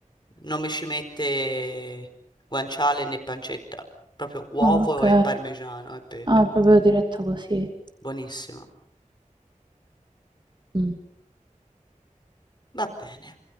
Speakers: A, on the left; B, on the right.
A: non mi ci mette guanciale né pancetta, proprio uovo
B: Ah, ok.
A: e parmigiano e pepe.
B: Ah, proprio diretta così.
A: Buonissimo.
B: Mm.
A: Va bene.